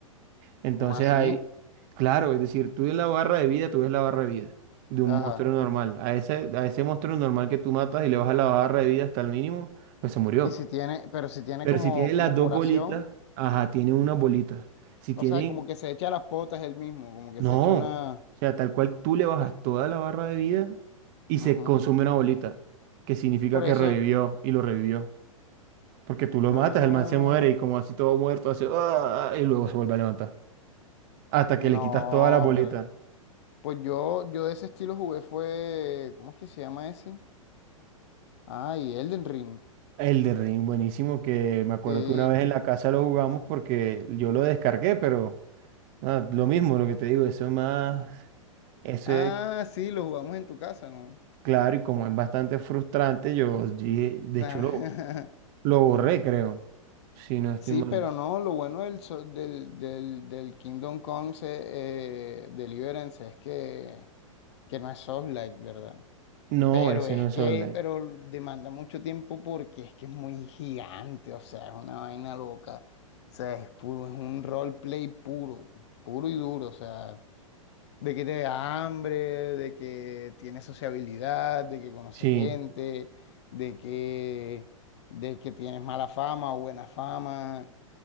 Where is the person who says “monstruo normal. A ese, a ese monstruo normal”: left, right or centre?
Right